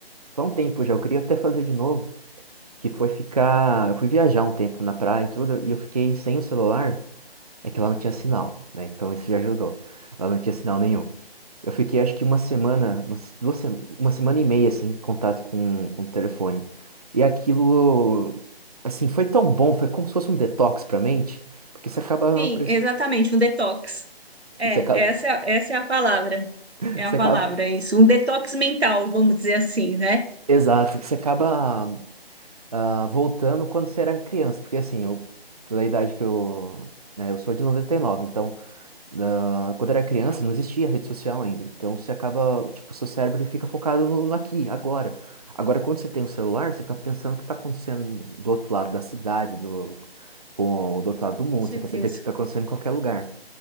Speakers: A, on the right; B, on the right.
A: faz um tempo já, eu queria até fazer de novo, que foi ficar. Eu fui viajar um tempo na praia e tudo, e eu fiquei sem o celular, é que lá não tinha sinal, né? Então isso já ajudou. Lá não tinha sinal nenhum. Eu fiquei acho que uma semana, umas duas, se- uma semana e meia sem contato com, com o telefone. E aquilo, assim, foi tão bom, foi como se fosse um detox pra mente, porque você acaba,
B: Sim,
A: pre-
B: exatamente, um detox. É,
A: você acaba,
B: essa, é a- essa é a palavra.
A: <laughs>
B: É
A: você
B: a palavra,
A: acaba,
B: isso. Um detox mental, vamos dizer assim, né?
A: exato, você acaba ah, voltando quando você era criança, porque assim, eu, pela idade que eu, né, eu sou de 99 então da- quando era criança, não existia rede social ainda. Então você acaba, tipo, seu cérebro ele fica focado no, no aqui, agora. Agora, quando você tem o celular, você fica pensando o que está acontecendo do outro lado da cidade, do, com, do outro lado do mundo.
B: Com certeza.
A: Você quer saber o que está acontecendo em qualquer lugar,